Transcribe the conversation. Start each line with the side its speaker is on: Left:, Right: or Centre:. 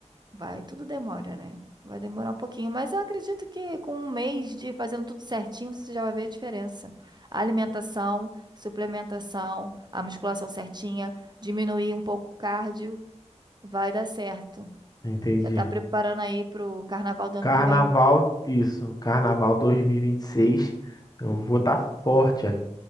Right: vai, tudo demora, né? Vai demorar um pouquinho, mas eu acredito que com um mês de fazendo tudo certinho, você já vai ver a diferença. A alimentação, suplementação, a musculação certinha, diminuir um pouco o cardio, vai dar certo.
Left: Entendi.
Right: Já tá preparando aí pro carnaval do ano
Left: Carnaval,
Right: que vem?
Left: isso. Carnaval dois mil e e vinte e seis. Eu vou estar forte. é,